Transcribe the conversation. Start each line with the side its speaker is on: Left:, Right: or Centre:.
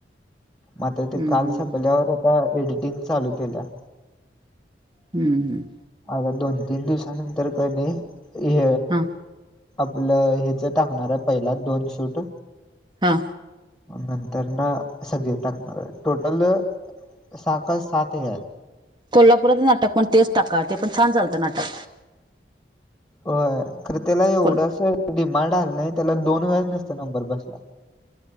Left: मा त्ते
Right: हम्म
Left: काल
Right: हम्म
Left: संपल्यावर आता, एडिटिंग चालू केल्या.
Right: हम्म, हम्.
Left: आता दोन - तीन दिवसानंतर, कनि. हे
Right: हां.
Left: आपलं. ह्याच टाकणारय. पहिला दोन शूट.
Right: हा.
Left: नंतर न, सगळे टाकणार आहे. टोटल, सहा का सात हे आहेत.
Right: कोल्हापुरात नाटक पण तेच टाका. ते पण छान चालतं नाटक.
Left: होय. खर त्याला एवढंस
Right: कोल
Left: डिमांड आला नाही. त्याला दोन वेळा नसत नंबर बसला.